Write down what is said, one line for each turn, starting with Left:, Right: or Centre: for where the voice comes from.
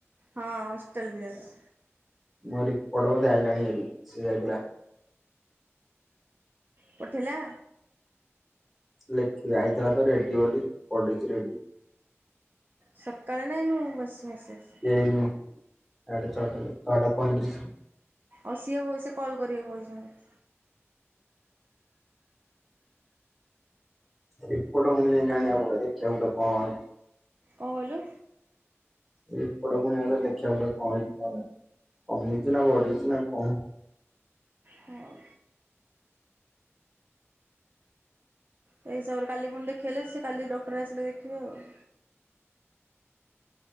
Right: ହଁ ହଷ୍ଟେଲ ପିଲାଟା,
Centre: ମୁଁ ଆରି ପଡ ବଧେ ଆଇଗଣି ଆରି ସେ ଯାଇଥିଲା,
Right: ପଠେଇଲା,
Centre: ଲେଖିବି ଆଇଥିଲା ତ ରେଡ଼ି ବୋଲି ପଢେଇଛି ରେଡ଼ି,
Right: ସକାଳେ ନାଇଁନୁ ବସ୍ ମେସେଜ୍,
Centre: ଏଇନୁ ସାଢ଼େ ଛଅଟା-ଛଅଟା ପଇଁତିରିଶ୍,
Right: ଆଉ ସିଏ ବଇସେ କଲ୍ କରିବେ ବହି ଜଣେ,
Centre: ରିପଟ ପୁଣି ଯାଇକି ଆଜାଣିବା ପଡ଼ିବ ଦେଖିବାକୁ ଗୋଟେ କଣ ହେଇଛି,
Right: କଁ କହିଲୁ,
Centre: ଏ ଏପଟ ପୁଣି ଆରେ ଦେଖିବାକୁ ଗଡ଼େ କଣ ହେଇଛି କନ କମେଇଛି ନା ବଢିଛି ନା କଣ,
Right: ହଉ, ତ ହିସାବରେ କାଲି ପୁଣି ଦେଖେଇଲେ ସେ କାଲି ଡକ୍ଟର ଆସିଲେ ଦେଖିବେ ଆଉ,